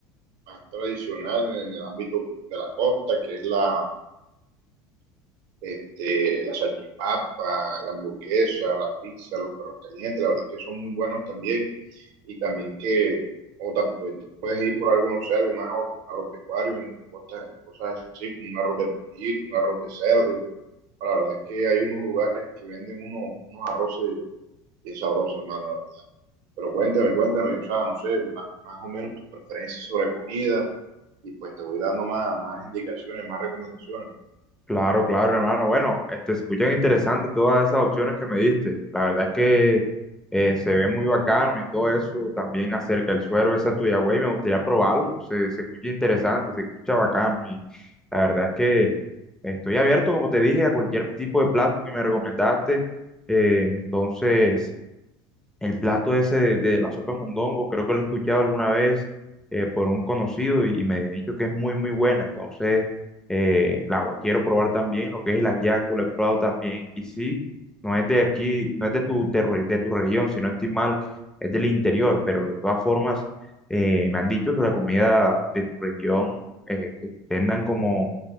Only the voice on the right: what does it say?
más tradicional en el ámbito de la costa, que es la, este, la salchipapa, la hamburguesa, la pizza, los perros calientes, la verdad es que son muy buenos también. Y también que, o te puedes, puedes ir por algo, no sé, algo más agro- agropecuario, en, en cosas, en cosas así como un arroz de pollito, un arroz de cerdo, la verdad es que hay unos lugares que venden uno, unos arroces y es sabroso, hermano, la verdad. Pero cuéntame, cuéntame, o sea, no sé, más, más o menos tus preferencias sobre comida y pues te voy dando más, más indicaciones, más recomendaciones.